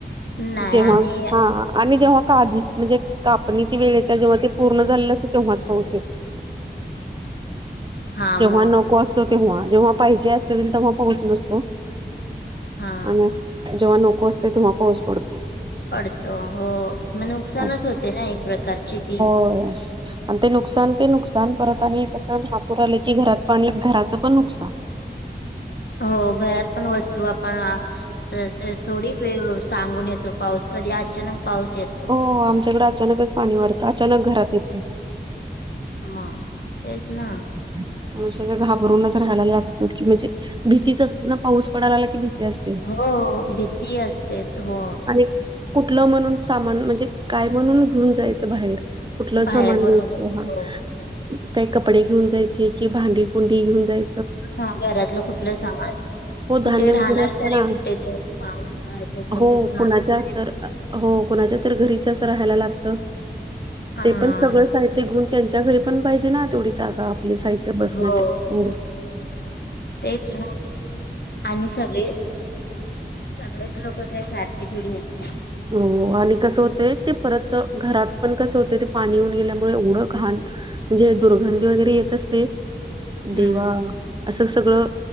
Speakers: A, on the left (about 65°); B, on the right (about 25°).
A: नाही
B: जेव्हा
A: आणि
B: हा आणि जेव्हा काढण म्हणजे कापणीची वेळ येत्या जेव्हा ते पूर्ण झालेलं असते तेव्हाच पाऊस येतो
A: हा
B: जेव्हा
A: मग
B: नको असतो तेव्हा जेव्हा पाहिजे असेल तेव्हा पाऊस नसतो.
A: हा
B: आणि जेव्हा नको असतय तेव्हा पाऊस पडतो.
A: पडतो हो मग नुकसानच
B: अस
A: होते ना एक प्रकारची ती.
B: होय. आणि ते नुकसान ते नुकसान परत आणि कसं महापूर आलं की घरात पाणी घराचं पण नुकसान.
A: हो घरात पण वस्तू आपण तर तर थोडी वेळ सांगून येतो पाऊस कधी अचानक पाऊस येतो.
B: हो आमच्याकड अचानकच पाणी वारतं अचानक घरात येतंय.
A: मग तेच ना.
B: म्ह अशे घाबरूनच राहायला लागत की म्हणजे भीतीच असते ना पाऊस पडा लागला की भीती असते.
A: हो हो भीती असते हो.
B: आणि कुठलं म्हणून सामान म्हणजे काय म्हणून घेऊन जायचं बाहेर? कुठलं
A: बाहेर
B: सामान
A: बरोबर
B: द्यायच हा?
A: हो
B: काही कपडे घेऊन जायचे कि भांडी कुंडी घेऊन जाय
A: हा घरातलं कुठलं सामान
B: हो
A: कुठे
B: धान्य
A: राहणार
B: वगैरे असतं
A: तरी
B: ना
A: कुठे ते पाऊस आहे तोपर्यंत
B: हो
A: कुठे? राहणार
B: कुणाच्या
A: तरी
B: तर हो कुणाच्या तर घरीच अस राहायला लागत.
A: हा
B: ते पण सगळं
A: ना
B: साहित्य घेऊन त्यांच्या घरी पण पाहिजे ना तेवढी जागा आपले साहित्य बसण्यात
A: हो
B: ऊड
A: तेच ना आणि सगळे सगळेच लोक काही सारखी थोडी नसत्यात.
B: हो आणि कसं होतय ते परत घरात पण कसं होतय ते पाणी येऊन गेल्यामुळे एवढं घाण म्हणजे दुर्गंधी वगैरे येत असते,
A: हम्म
B: देवा! असं सगळं